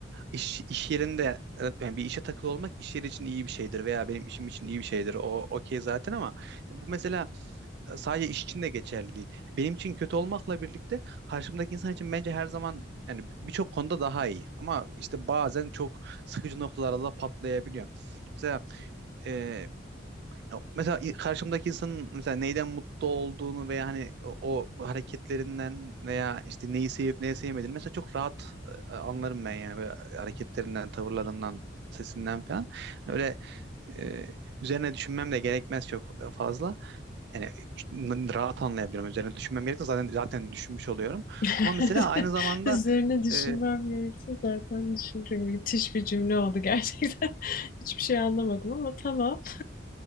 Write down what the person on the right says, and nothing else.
iş, iş yerinde evet, yani bir işe takılı olmak iş yeri için iyi bir şeydir veya benim işim için iyi bir şeydir. O okey zaten ama bu mesela e, sadece iş için de geçerli değil. Benim için kötü olmakla birlikte karşımdaki insan için bence her zaman yani birçok konuda daha iyi. Ama işte bazen çok sıkıcı noktalarda da patlayabiliyor. Mesela e, ya Mesela i- karşımdaki insanın mesela neyden mutlu olduğunu veya hani o, o hareketlerinden veya işte neyi sevip neyi sevmediğini mesela çok rahat e, e, anlarım ben yani Böyle hareketlerinden, tavırlarından, sesinden falan. Hani Öyle e, üzerine düşünmem de gerekmez çok e, fazla. Yani n- rahat anlayabilirim. Üzerine düşünmem gerekmez zaten zaten düşünmüş oluyorum.
Ama mesela aynı zamanda
e,